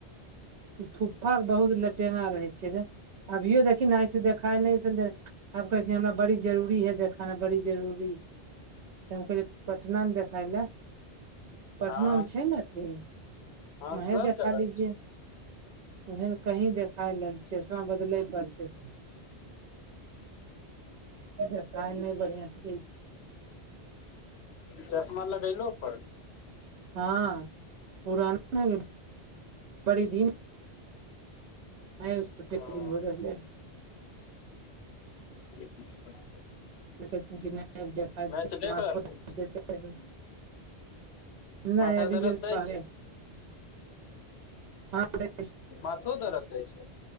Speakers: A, on the right; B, on the left.
A: ई फुप्फा के लटेरा रहै छियै रे अभियो देखही नय आँखि से देखाय नय सन दे। अब कहै की हमरा बड़ी जरूरी है देखाना बड़ी जरूरी तऽ हम कहलियै पटनामे देखाय ले। पटनो
B: हँ
A: मे छै ने अथी
B: हँ
A: वहीं
B: सब
A: देखा
B: जगह
A: लीजिए।
B: छै
A: ओहि न कहीं देखाय लेल छै चश्मा बदलैल पड़तै। देखाय नय बढ़ियाँ से दै छै।
B: चश्मा लगैलो पर
A: हँ पुराना बड़ी दिन हो
B: हँ
A: रहलै <unintelligible>
B: <inaudible>
A: कहैन नहि देखाथो
B: मैच देख रहल छी
A: देे रहै <unintelligible>
B: माथा
A: नै अभी
B: दर्द
A: गेल छै
B: दै
A: बाहरे हँ <unintelligible>
B: माथो दरद दै छै